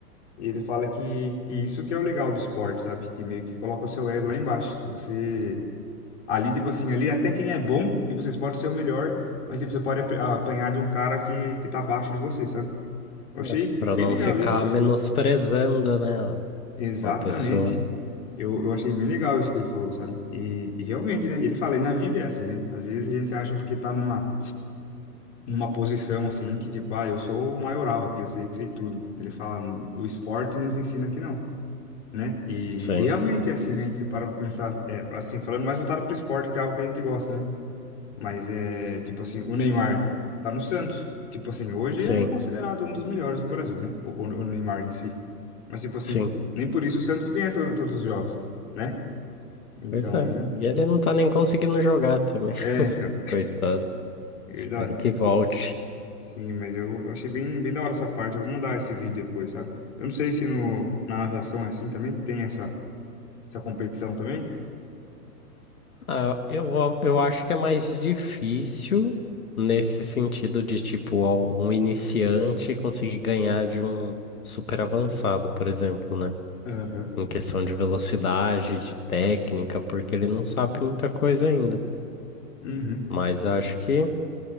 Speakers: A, on the left; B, on the left.
A: E ele fala que, que isso que é o legal do esporte, sabe? Que meio que coloca o seu ego lá embaixo, que você Ali, tipo assim, ali até quem é bom, tipo, vocês podem ser o melhor, mas tipo, você pode ap- apanhar de um cara que, que tá abaixo de você, sabe? Eu
B: É.
A: achei
B: Pra
A: bem
B: não
A: legal
B: ficar
A: isso, cara.
B: menosprezando, né,
A: Exatamente.
B: a a pessoa.
A: Eu, eu achei bem legal isso que ele falou, sabe? E, e realmente, né? Ele fala, e na vida é assim, né? Às vezes a gente acha porque tá numa, numa posição assim, que tipo, ah, eu sou o maioral aqui, eu sei que sei tudo. Ele fala, o esporte nos ensina que não, né? E,
B: Sim,
A: e realmente é assim, né? Que você para pra pensar, é, assim, falando mais voltado pro esporte, que é algo que a gente gosta, né? Mas é tipo assim, o Neymar tá no Santos. Tipo assim, hoje
B: sim,
A: é considerado um dos melhores do Brasil, né? O, o- o Neymar em si. Mas tipo assim,
B: sim.
A: nem por isso o Santos ganha todo- todos os jogos, né? Então,
B: Pois é. E ele não tá nem conseguindo jogar também. <laughs>
A: é, então,
B: Coitado.
A: é verdade.
B: Espero que volte.
A: Sim, mas eu, eu achei bem, bem da hora essa parte. Eu vou mandar esse vídeo depois, sabe? Eu não sei se no, na natação é assim também, tem essa, essa competição também.
B: Ah, eu, a- eu acho que é mais difícil nesse sentido de, tipo, ó, um iniciante conseguir ganhar de um super avançado, por exemplo, né?
A: Aham.
B: Em questão de velocidade, de técnica, porque ele não sabe muita coisa ainda.
A: Uhum.
B: Mas acho que,